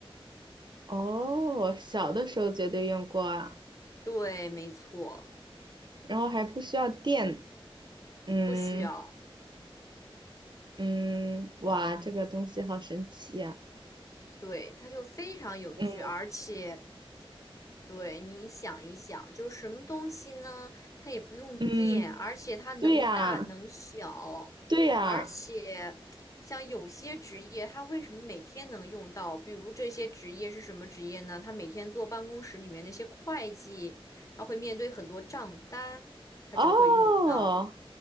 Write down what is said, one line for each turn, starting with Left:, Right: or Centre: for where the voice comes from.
Right: 哦，小的时候绝对用过啊，
Left: 对，没错，
Right: 然后还不需要电。嗯
Left: 不需要。
Right: 嗯，哇，这个东西好神奇呀、
Left: 对，它就非常有趣，
Right: 嗯
Left: 而且对，你想一想，就是什么东西呢？它也不用电，
Right: 嗯，
Left: 而且它能大能小，
Right: 对呀，对呀，
Left: 而且像有些职业，它为什么每天能用到？比如这些职业是什么职业呢？他每天坐办公室里面那些会计，他会面对很多账单，他就会用到。
Right: 哦